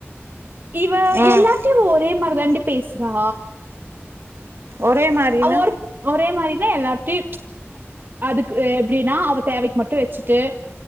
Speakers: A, on the right (about 45°); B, on the right (about 60°).
A: இவ
B: ம்
A: எல்லார்டையு ஒரே மாரி தாண்டி பேசுறா
B: ஒரே மாரினா
A: ஒருத் ஒரே மாரின்னா எல்லார்டையு அதுக் எப்டின்னா அவ தேவைக்கு மட்டு வச்சுட்டு